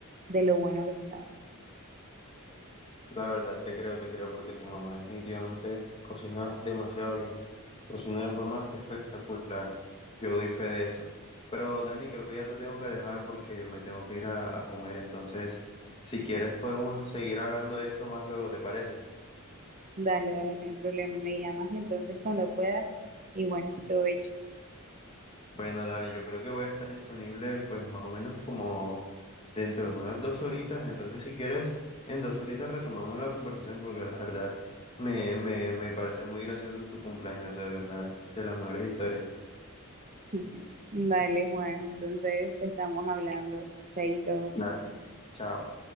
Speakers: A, on the right (about 35°); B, on the left (about 25°).
A: de lo bueno que estaba.
B: La verdad, te creo, te creo, porque tu mamá definitivamente cocina demasiado bien. Cocina de forma espectacular. Yo doy fe de eso. Pero Dani, creo que ya te tengo que dejar porque me tengo que ir a, a comer. Entonces, si quieres, podemos seguir hablando de esto más luego, ¿te parece?
A: Dale, dale, no hay problema, me llamas entonces cuando puedas y bueno, provecho.
B: Bueno, dale, yo creo que voy a estar disponible pues más o menos como dentro de unas dos horitas, entonces si quieres, en dos horitas retomamos la conversación porque la verdad me, me, me parece muy gracioso tu cumpleaños, de verdad, de las mejores historias.
A: <laughs> Dale, Juan, entonces estamos hablando. Chaito.
B: Dale. Chao.